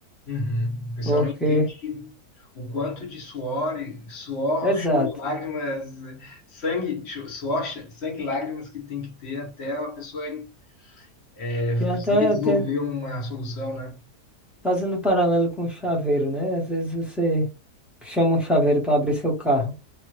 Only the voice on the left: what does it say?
Uhum. O pessoal
não entende o quanto de suor, e- suor,
choro e lágrimas, sangue, cho- suor, ch- sangue e lágrimas que tem que ter até a pessoa É
saber desenvolver
uma solução, né?